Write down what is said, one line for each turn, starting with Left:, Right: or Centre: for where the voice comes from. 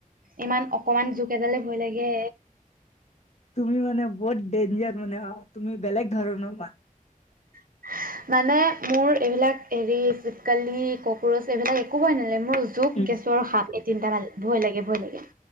Right: ইমান অকমান জোক এডালে ভয় লাগে।
Left: তুমি মানে বহুত দেঞ্জাৰ মানে অ' তুমি বেলেগ ধৰণৰ <unintelligible>
Right: <inaudible> মানে মোৰ এইবিলাক এৰি চিপকালি কক্ৰচ এইবিলাক একো ভয় নালা মোৰ জোক
Left: উম
Right: কেঁচু আৰু সাপ এই তিনিটা ভাল ভয় লাগে-ভয় লাগে।